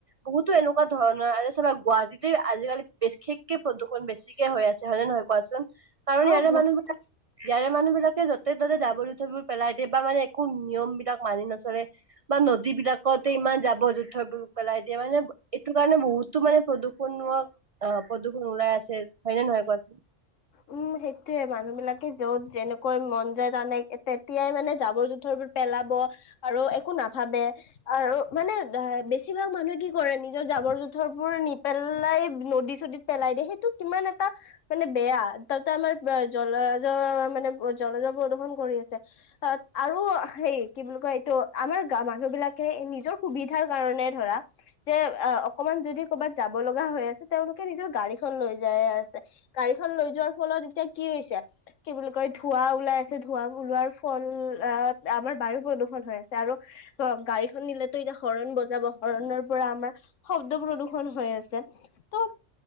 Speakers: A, on the right; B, on the left.
A: বহুতো এনেকুৱা ধৰণৰ। আজি চাবা গুৱাহাটীতে আজিকালি বিশেষকে প্ৰদূষণ বেছি কে হৈ আছে হয়নে নহয় কোৱাচোন? কাৰণ
B: অ
A: ইয়াৰে
B: গুৱাহাটী
A: মানুহবিলাক ইয়াৰে মানুহবিলাকে যতে-ত'তে জাবৰ-জোঁথৰবোৰ পেলাই দিয়ে বা মানে একো নিয়মবিলাক মানি নচলে বা নদীবিলাকতে ইমান জাবৰ-জোঁথৰবোৰ পেলাই দিয়ে মানে এইটো কাৰণে বহুতো মানে প্ৰদূষণ অ প্ৰদূষণ ওলাই আছে হয়নে নহয় কোৱাচোন?
B: উম, সেইটোয়ে। মানুহবিলাকে য'ত যেনেকৈ মন যায় তানে তেতিয়াই মানে জাবৰ-জোঁথৰবোৰ পেলাব আৰু একো নাভাবে আৰু মানে বেছিভাগ মানুহে কি কৰে নিজৰ জাবৰ-জোঁথৰবোৰ নিপেলাই নদী-চদীত পেলাই দিয়ে সেইটো কিমান এটা মানে বেয়া। এইটো তাৰমানে জলজ মানে জলজৰ প্ৰদূষন কৰি আছে। তাত আৰু হেৰি কি বুলি কয় এইটো আমাৰ গা মানুহবিলাকে নিজৰ সুবিধাৰ কাৰণে ধৰা যে অ অকমান যদি ক'ৰবাত যাব লগা হৈ আছে তেওঁলোকে নিজৰ গাড়ীখন লৈ যাই আছে। গাড়ীখন লৈ যোৱাৰ ফলত এতিয়া কি হৈছে কি বুলি কয় ধোঁৱা ওলাই আ ছে ধোঁৱাবোৰ ওলোৱাৰ ফল আ আমাৰ বায়ু প্ৰদূষন হৈ আছে। আৰু অ, গাড়ীখন নিলেটো এতিয়া হৰন ব বজাব, হৰনৰ পৰা আমাৰ শব্দ প্ৰদূ্ষন হৈ আছে। ত'